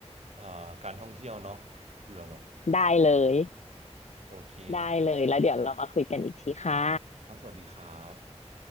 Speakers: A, on the right; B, on the left.
A: เอ่อการท่องเที่ยวเนาะเผื่อแบบ
B: ได้เลย
A: โอเคคร
B: ได้เลยแล้วเดี๋ยวเรามาคุยกันอีกทีค่ะ
A: ับสวัสดีครับ